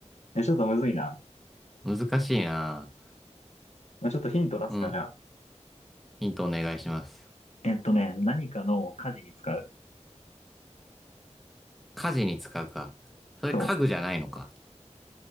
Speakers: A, on the left; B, in the centre.
A: え、ちょっとむずいな。
B: <laughs> 難しいな。
A: まあ、ちょっとヒント出すか、
B: うん。
A: じゃあ。
B: ヒントお願いします。
A: えっとね、何かの家事に使う。
B: 家事に使うか。それ家具じゃないのか。
A: そう。